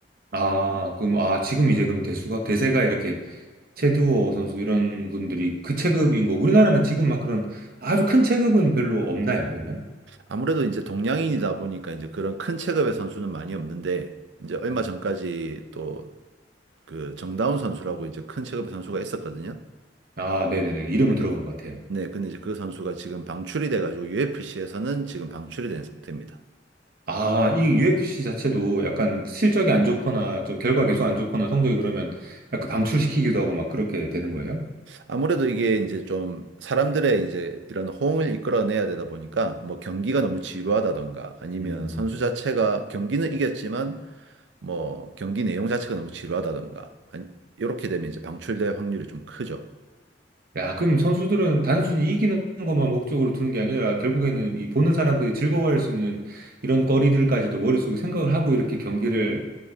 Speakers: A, on the right (about 55°); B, on the right (about 75°).
A: 아, 그럼, 아, 지금 이제 그럼 대수가, 대세가 이렇게 최두호 선수 이런 분들이 그 체급인 거. 우리나라는 지금 막 그런 아주 큰 체급은 별로 없나요, 그러면?
B: 아무래도 이제 동양인이다 보니까 이제 그런 큰 체급의 선수는 많이 없는데 이제 얼마
A: 음.
B: 전까지 또 그 정다운 선수라고 이제 큰 체급의 선수가 있었거든요.
A: 아, 네네네. 이름은
B: 네,
A: 들어본
B: 근-
A: 것 같아요.
B: 네, 근데 이제 그 선수가 지금 방출이 돼가지고 UFC에서는 지금 방출이 된 상태입니다.
A: 아, 이 UFC 자체도 약간 실적이 안 좋거나 좀 결과 계속 안 좋거나 성적이 그러면 약간 방출시키기도 하고 막 그렇게 되는 거예요?
B: 아무래도 이게 이제 좀 사람들의 이제 이런 호응을 이끌어내야 되다 보니까 뭐 경기가 너무 지루하다던가 아니면
A: 음,
B: 선수 자체가 경기는 이겼지만 뭐 경기 내용 자체가 너무 지루하다던가 아니, 이렇게 되면 이제 방출될 확률이 좀 크죠.
A: 야, 그럼 선수들은 단순히 이기는 것만 목적으로 두는 게 아니라 결국에는 이 보는 사람들이 즐거워할 수 있는 이런 거리들까지도 머릿속에 생각을 하고 이렇게 경기를